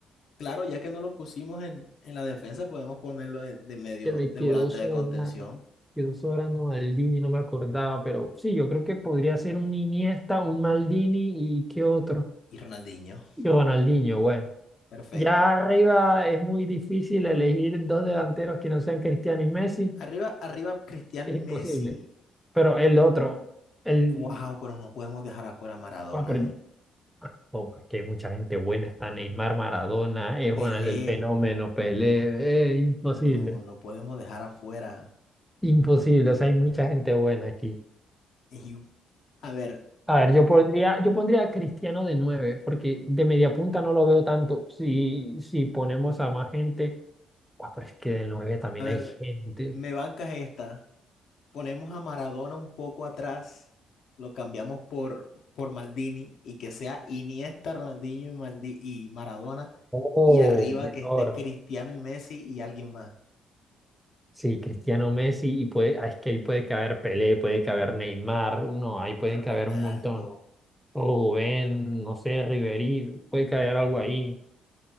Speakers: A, on the left (about 70°); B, in the centre.
A: Claro, ya que no lo pusimos en, en la defensa, podemos ponerlo de, de medio
B: que me
A: de
B: quedó
A: volante
B: sobrando,
A: de contención.
B: quedó sobrando Maldini, no me acordaba, pero sí, yo creo que podría ser un Iniesta, un Maldini y qué otro.
A: Y Ronaldinho,
B: Y Ronaldinho, bueno.
A: perfecto.
B: Ya arriba es muy difícil elegir dos delanteros que no sean Cristiano y Messi,
A: Arriba, arriba Cristiano
B: es
A: y Messi.
B: imposible. Pero el otro, el...
A: Wow, pero no podemos dejar afuera a Maradona,
B: ah, pero-
A: eh.
B: ah, oh, es que hay mucha gente buena, está Neymar, Maradona, eh, Ronaldo
A: Pelé,
B: el Fenómeno, Pelé, eh, imposible,
A: no, no podemos dejar afuera.
B: imposible, o sea, hay mucha gente buena aquí.
A: Y- a ver,
B: A ver, yo podría, yo pondría a Cristiano de 9 porque de media punta no lo veo tanto. Si, si ponemos a más gente, guau, pero es que de 9 también
A: a ver,
B: hay gente.
A: me, me bancas esta. ponemos a Maradona un poco atrás, lo cambiamos por, por Maldini y que sea Iniesta, Ronaldinho y, Maldi- y Maradona
B: Oh,
A: y arriba
B: mejor.
A: que esté Cristiano y Messi y alguien más,
B: Sí, Cristiano Messi, y puede, ah, es que ahí puede caber Pelé, puede caber Neymar, no, ahí pueden
A: Ronaldo.
B: caber un montón. Rubén, no sé, Ribery, puede caber algo ahí.